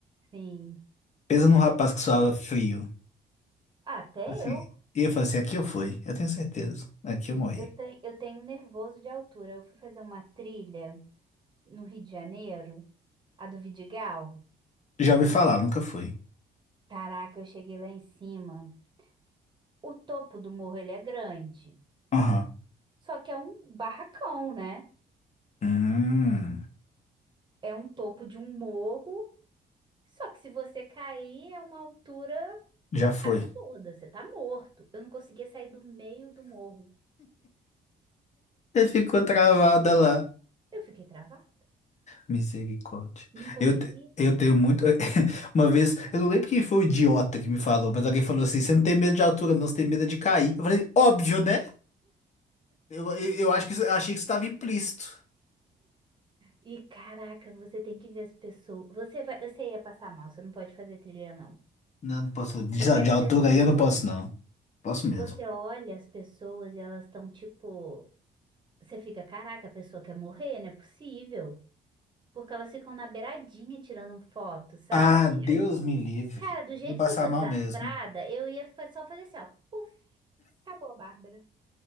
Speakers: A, on the right (about 25°); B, on the left (about 45°).
A: Sim.
B: Pensa num rapaz que suava frio.
A: Até
B: Assim,
A: eu.
B: e eu falei assim, aqui eu fui, eu tenho certeza. Aqui eu morri.
A: Eu tenho, eu tenho nervoso de altura. Eu fui fazer uma trilha no Rio de Janeiro, a do Vidigal.
B: Já ouvi falar, nunca fui.
A: Caraca, eu cheguei lá em cima. O topo do morro, ele é grande.
B: Aham.
A: Só que é um barracão, né?
B: Hum,
A: É um topo de um morro. Só que se você cair, é uma altura
B: já foi.
A: absurda. Você tá morto. Eu não conseguia sair do meio do morro.
B: Você ficou travada lá.
A: Eu fiquei travada.
B: Misericórdia.
A: Não consegui.
B: Eu, te- eu tenho muito. <laughs> Uma vez, eu não lembro quem foi o idiota que me falou, mas alguém falou assim: você não tem medo de altura, não, você tem medo é de cair. Eu falei, óbvio, né? Eu, eu, eu acho que isso- eu achei que isso estava implícito.
A: E caraca, você tem que ver as pessoas. Você vai, você ia passar mal. Você não pode fazer trilha, não.
B: Não, não posso. De,
A: Porque
B: de
A: as
B: altura
A: pessoas,
B: aí eu não posso, não. Posso mesmo.
A: você olha as pessoas e elas estão tipo, você fica, caraca, a pessoa quer morrer, não é possível. Porque elas ficam na beiradinha tirando foto, sabe?
B: Ah, Deus me livre.
A: Cara, do jeito
B: Eu ia passar
A: que eu sou
B: mal
A: desastrada,
B: mesmo.
A: eu ia fa- só fazer assim, ó, puf, acabou, Bárbara.